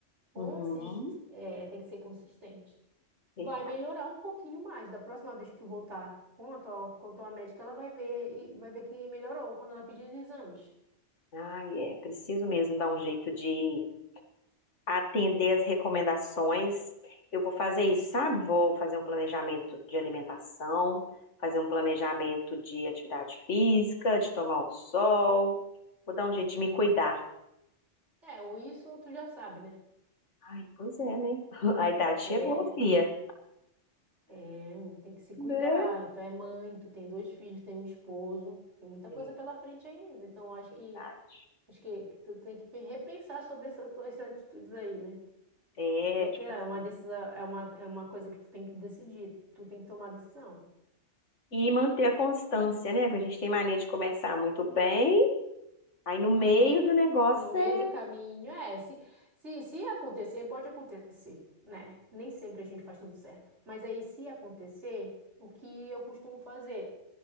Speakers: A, on the right; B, on the left.
A: consis-
B: Uhum,
A: é, tem que ser consistente.
B: verdade.
A: Vai melhorar um pouquinho mais. Da próxima vez que tu voltar com a tua, com a tua médica, ela vai ver e vai ver que melhorou quando ela pedir os exames.
B: Ai, é, preciso mesmo dar um jeito de atender as recomendações. Eu vou fazer isso, sabe? Vou fazer um planejamento de alimentação, fazer um planejamento de atividade física, de tomar o sol. Vou dar um jeito de me cuidar.
A: É, ou isso, ou tu já sabe, né?
B: Ai, pois é, né? <laughs> A idade chegou,
A: É,
B: fia.
A: é, tem que se cuidar.
B: Né?
A: Tu é mãe, tu tem dois filhos, tem um esposo, tem muita
B: É,
A: coisa pela frente ainda. Então, acho
B: verdade.
A: que Acho que, que tu tem que pe- repensar sobre essas tuas atitudes aí, né?
B: É,
A: Mas é que
B: tipo
A: é
B: assim.
A: uma decisão, é uma, é uma coisa que tu tem que decidir, tu tem que tomar a decisão.
B: E manter a constância, né? Porque a gente tem mania de começar muito bem, aí no meio do negócio
A: No meio
B: você
A: do caminho, é, se, se, se acontecer, pode acontecer, né? Nem sempre a gente faz tudo certo. Mas aí, se acontecer, o que eu costumo fazer